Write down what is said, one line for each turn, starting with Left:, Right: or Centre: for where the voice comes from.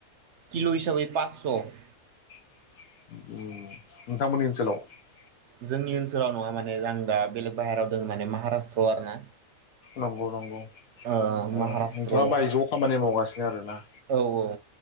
Right: किल' हिसाबै पासस'
Left: उम नोंथांमोननि ओनसोलाव
Right: जोंनि ओनसोलाव नङा आं दा बेलेग बाहेरायाव दङ माने महाराष्ट्र आरो ना
Left: नंगौ - नंगौ औ
Right: ओ महाराष्ट्र
Left: नोंथांङा बाहायजो आव खामानि मावगासिनो <unintelligible>
Right: औ -औ